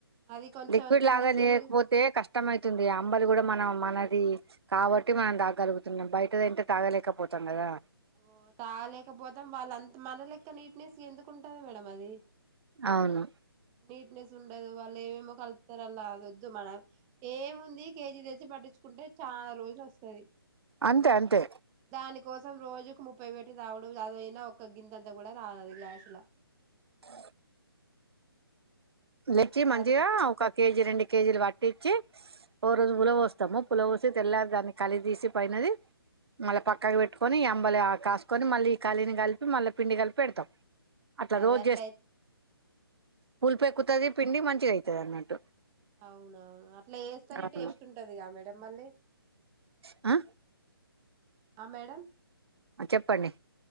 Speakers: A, on the right; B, on the right.
A: అది కొంచెం
B: లిక్విడ్
A: తిన్న
B: లాగ
A: ఫీలింగ్
B: చేయకపో తే కష్టం అయితుంది అంబలి కూడ మనం మనది కాబట్టి మనం తాగగలుగుతున్నాం బయటదంటే తాగలేకపోతాం కదా
A: ఓ తాగలేకపోతే వాళ్ళంత మన లెక్క నీట్నెస్ ఎందుకుంటది మేడం అది
B: అవును
A: నీట్నెస్ ఉండదు వాళ్ళు ఏమేమో కలుపుతరు అల్లా అది ఒద్దు మనం ఏముంది కేజీ తెచ్చి పట్టిచ్చుకుంటే చాన రోజులు ఒస్తది
B: అంతే అంతే
A: దానికోసం రోజుకు ముప్పై పెట్టి తాగుడు అదయినా ఒక గిందంతా కూడ రాదది గ్లాసుల
B: అ తెచ్చి మంచిగా
A: మరి
B: ఒక కేజీ రెండు కేజీలు పట్టిచ్చి ఓ రోజు పులవొస్తము
A: ఆ
B: పులవోసి తెల్లారి దాన్ని కలి తీసి పైనది మళ్ళ పక్కకు పెట్టుకొని అంబలి ఆ కాస్కొని మళ్ళీ ఈ కలిని కలిపి మళ్ళీ పిండి కలిపి పెడ్తం అట్ల
A: అదే
B: రోజు
A: అట్లా
B: చేస్త
A: అయి
B: పులుపెక్కుతది
A: ఆ అట్లే
B: పిండి మంచిగైతది అన్నట్టు
A: అవునవును అట్ల చేస్తనే
B: అవును
A: టేస్ట్ ఉంటదిగా మేడం మళ్ళీ
B: ఆ
A: ఆ మేడం
B: ఆ చెప్పండి